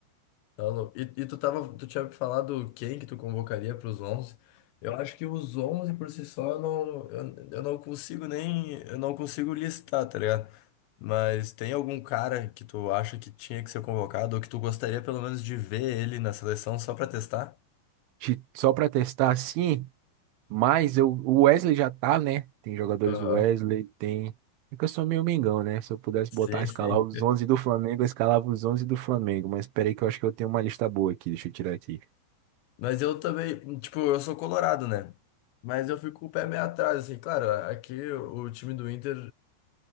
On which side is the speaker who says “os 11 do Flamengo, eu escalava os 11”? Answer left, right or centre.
Right